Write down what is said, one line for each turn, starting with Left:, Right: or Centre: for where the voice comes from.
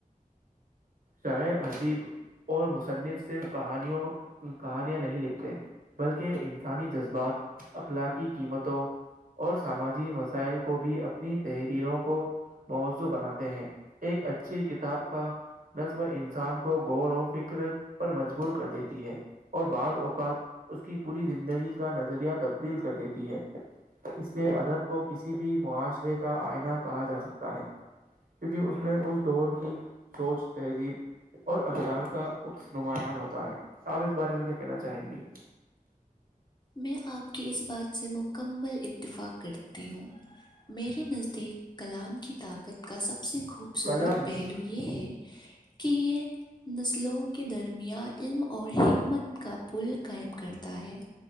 Right: شاعر عذیب اور مصنف صرف کہانیوں کہانیاں نہیں لکھتے بلکہ انسانی جذبات اخلاقی قیمتوں اور سماجی مسائل کو بھی اپنی تحریروں کو موضوع بناتے ہیں ایک اچھی کتاب کا نظم انسان کو غور و فکر پر مجبور کر دیتی ہے اور بعض اوقات اس کی پوری زندگی کا نظریہ تبدیل کر دیتی ہے اس لیے ادب کو کسی بھی معاشرے کا آئناہ کہا جا سکتا ہے کیونکہ اس میں اس دور کی سوچ تہذیب اور اقدار کا اکس نماں ہوتا ہے آپ اس بارے میں کیا کہنا چاہیں گی
Left: میں آپ کی اس بات سے مکمل اتفاق کرتی ہوں میرے نزدیک کلام کی طاقت کا سب سے خوبصورت
Right: قلم
Left: پہلو یہ ہے کہ یہ <unintelligible> نسلوں کے درمیان علم اور حکمت کا پل قائم کرتا ہے